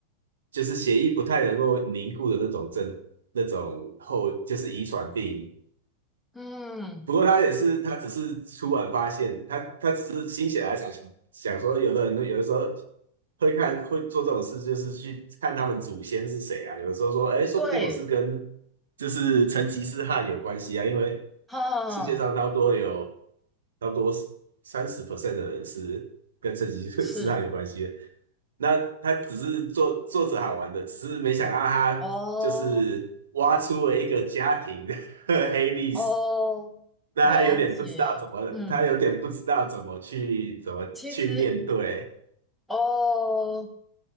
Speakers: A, on the right (about 65°); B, in the centre.
A: 就是血液不太能够凝固的那种症那种后就是遗传病，
B: 嗯，
A: 不过他也是，他只是突然发现，他他只是心血来潮想想说，有的人有的时候会看会做这种事，就是去看他们祖先是谁啊。有的时候说，哎，说不定我是跟就是成吉思汗有关系啊，
B: 对，
A: 因为
B: 哈，
A: 世界上差不多有
B: 嗯
A: 差不多三十 percent 的人是跟成吉思汗有关系的。
B: 是，
A: 那他只是做做着好玩的，只是没想到他就是挖出了一个家庭的
B: 哦，
A: <laughs> 黑历史。
B: 哦，
A: 那他有点不知道怎么，
B: 了解，嗯，
A: 他有点不知道怎么去怎么去面对。
B: 其实，哦，